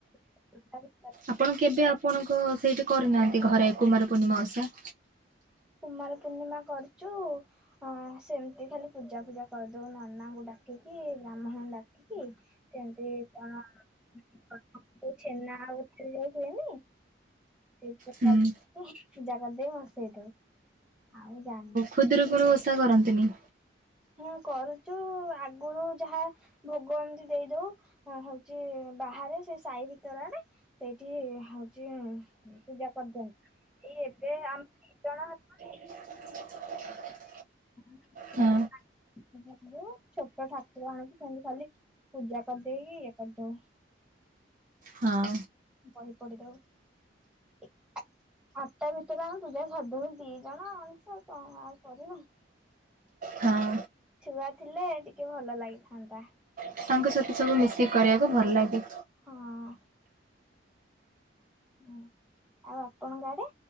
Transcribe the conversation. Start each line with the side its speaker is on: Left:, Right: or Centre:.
Centre: <inaudible>
Right: ଆପଣ କେବେ ଆପଣଙ୍କ ସେଇଠି କରିନାହାନ୍ତି ଘରେ କୁମାର ପୂର୍ଣ୍ଣିମା ଓଷା?
Centre: କୁମାର ପୂର୍ଣ୍ଣିମା କରିଚୁ। ହଁ ସେମିତି ଖାଲି ପୂଜା ଫୂଜା କରିଦଉ ନନାଙ୍କୁ ଡାକିକି ବ୍ରାହ୍ମଣଙ୍କୁ ଡାକିକି। ସେମିତି କଣ <unintelligible> ଛେନା <unintelligible> ହୁଏନି। ସେ <unintelligible>
Right: ହୁଁ
Centre: କରି ପୂଜା କରିଦେଇ ଭସେଇ ଦଉ ଆଉ ଜାଣିନି।
Right: ଖୁଦୁରୁକୁଣୀ ଓଷା କରନ୍ତିନି?
Centre: ହୁଁ କରୁଚୁ ଆଗରୁ ଯାହା ଭୋଗ ଏମିତି ଦେଇଦଉ ହଉଛି ବାହାରେ ସେଇ ସାହି ଭିତର ଆଡ଼େ ସେଇଠି ହଉଛି ପୂଜା କରିଦିଅନ୍ତି। ଏଇ ଏବେ ଆମେ ଦି ଜଣ <unintelligible>
Right: <inaudible>
Centre: <unintelligible> ଛୋଟ
Right: ହଁ
Centre: ଠାକୁର ଆଣିକି ସେମିତି ଖାଲି ପୂଜା କରିଦେଇକି ଇଏ କରିଦଉ।
Right: ହଁ
Centre: ବହି ପଢି଼ଦଉ। ଆଠଟା ଭିତରେ ଆମେ ପୂଜା ସାରି ଦଉ। ଦି ଜଣ ମଣିଷ ଆଉ କଣ ଆଉ କରିବୁ?
Right: ହଁ।
Centre: ଛୁଆ ଥିଲେ ଟିକେ ଭଲ ଲାଗିଥାନ୍ତା।
Right: ତାଙ୍କ ସହିତ ସବୁ ମିଶିକି କରିବାକୁ ଭଲ ଲାଗେ।
Centre: ହଁ। ଉଁ ଆଉ ଆପଣଙ୍କ ଆଡ଼େ?